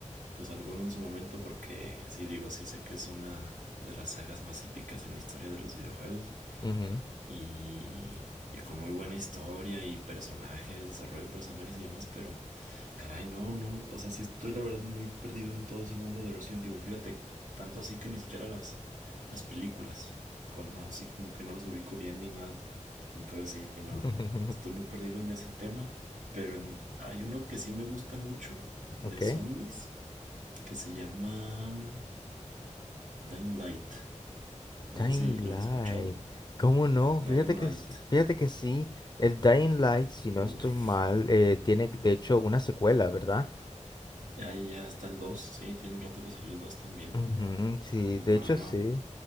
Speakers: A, on the right (about 80°); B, on the left (about 30°).
A: pues alguno en su momento porque sí digo, sí sé que es una de las sagas más épicas en la historia de los videojuegos
B: Ujú, ujú.
A: y, y con muy buena historia y personajes, desarrollo de personajes y demás, pero caray, no, no, o sea, sí estoy la verdad muy perdido en todo ese mundo de Resident Evil, fíjate, tanto así que ni siquiera las, las películas, con, no, así como que no los ubico bien ni nada, entonces sí, no,
B: <laughs>
A: estoy muy perdido en ese tema, pero en, hay uno que sí me gusta mucho de
B: Ok.
A: zombies que se llama Dying Light. No
B: Dying
A: sé si lo
B: Light.
A: has escuchado.
B: ¿Cómo no?
A: Dying
B: Fíjate que,
A: Light.
B: s- fíjate que sí, el Dying Light, si no
A: Uf.
B: estoy mal, eh, tiene de hecho una secuela, ¿verdad?
A: Ahí ya está el dos Sí, tiene un rato que salió el 2 también.
B: Ujú, sí,
A: Y
B: de
A: no,
B: hecho
A: no.
B: sí.